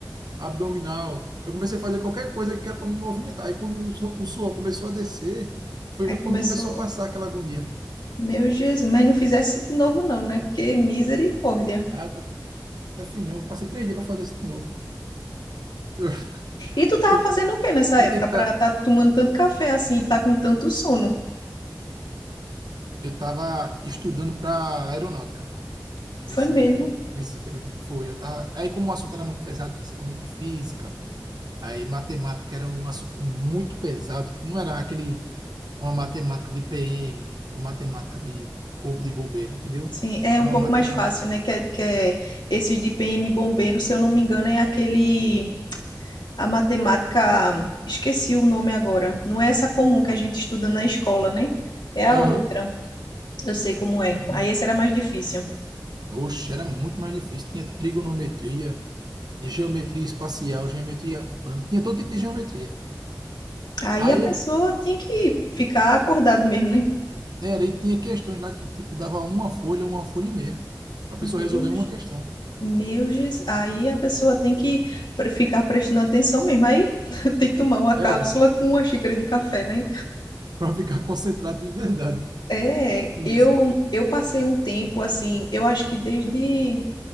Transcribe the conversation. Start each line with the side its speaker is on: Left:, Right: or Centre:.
Right: abdominal. Eu comecei a fazer qualquer coisa que era para me movimentar. Aí quando o, su- o suor começou a descer, foi
Left: Aí começou,
Right: quando começou a passar aquela agonia.
Left: meu Jesus, mas não fizesse de novo não, né? Porque misericórdia.
Right: Nada, fim novo. Passei três dias para fazer isso de novo. Eu,
Left: E tu tava
Right: porque
Left: fazendo o que nessa
Right: eu
Left: época
Right: tenho que
Left: para
Right: estar.
Left: tá tomando tanto café assim e tá com tanto sono?
Right: eu tava estudando para aeronáutica
Left: Foi
Right: nesse,
Left: mesmo.
Right: nesse período. Foi, eu tava. Aí, como o assunto era muito pesado, principalmente física, aí matemática era um assunto muito pesado, que não era aquele uma matemática de PM ou matemática de corpo de bombeiro, entendeu?
Left: Sim, é
Right: Era
Left: um pouco
Right: uma matemática.
Left: mais fácil, né? Que é, que é esses de PM bombeiro, se eu não me engano, é aquele a matemática, esqueci o nome agora. Não é essa comum que a gente estuda na escola, né? É a
Right: Aham.
Left: outra. Eu sei como é. Aí esse era mais difícil.
Right: Oxe, era muito mais difícil. Tinha trigonometria, geometria espacial, geometria plana, tinha todo tipo de geometria.
Left: Aí
Right: Aí
Left: a pessoa tinha que ficar acordado mesmo, né?
Right: Era, e tinha questões lá que, tipo, dava uma folha, uma folha e meia. Pra pessoa
Left: Meu
Right: resolver uma questão.
Left: Meu Jesus, aí a pessoa tem que pre- ficar prestando atenção mesmo. Aí <laughs> tem que tomar uma cápsula
Right: Era,
Left: com uma xícara de café, né?
Right: pra ficar <laughs> concentrado de verdade.
Left: É,
Right: Entendeu?
Left: eu eu passei um tempo assim, eu acho que desde,